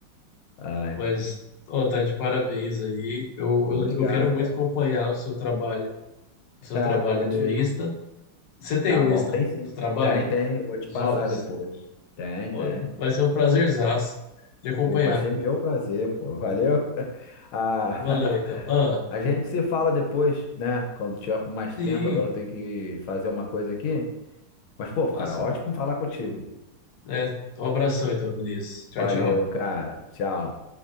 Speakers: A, on the left; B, on the left.
A: Ai,
B: Mas, ó, tá de parabéns aí. Eu,
A: obrigado,
B: eu, eu quero muito
A: cara.
B: acompanhar o seu trabalho, o
A: <laughs>
B: seu
A: Tá,
B: trabalho
A: vou
B: no
A: te...
B: Insta. Você tem
A: tá
B: o
A: bom,
B: Insta
A: tem sim.
B: do trabalho?
A: Tem, tem, eu vou te
B: dos
A: passar
B: hobbies.
A: depois. Tem,
B: Pô,
A: tem.
B: vai ser um prazerzaço de acompanhar.
A: Pô, vai ser meu prazer, pô. Valeu. <laughs> A,
B: Valeu, então. Ah,
A: <laughs> a gente se fala depois, né? Quando tiver com mais
B: sim.
A: tempo, agora eu tenho que fazer uma coisa aqui. Mas, pô,
B: Ah,
A: cara,
B: sim.
A: ótimo falar contigo.
B: É, um abração, então, Vinícius.
A: Valeu,
B: Tchau, tchau.
A: cara. Tchau.